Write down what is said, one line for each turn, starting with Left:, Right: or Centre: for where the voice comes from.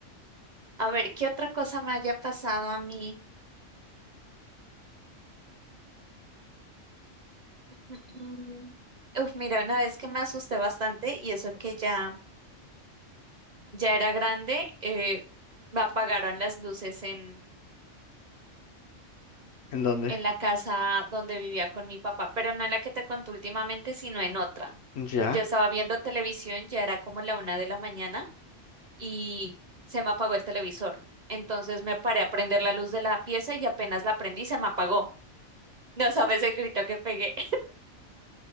Right: A ver, ¿qué otra cosa me haya pasado a mí? Mm, Uf, mira, una vez que me asusté bastante y eso que ya, ya era grande, eh, me apagaron las luces en,
Left: ¿En dónde?
Right: en la casa donde vivía con mi papá, pero no en la que te conté últimamente, sino en otra.
Left: Ya.
Right: Yo estaba viendo televisión, ya era como la una de la mañana y se me apagó el televisor. Entonces me paré a prender la luz de la pieza y apenas la prendí se me apagó. No sabes el grito que pegué.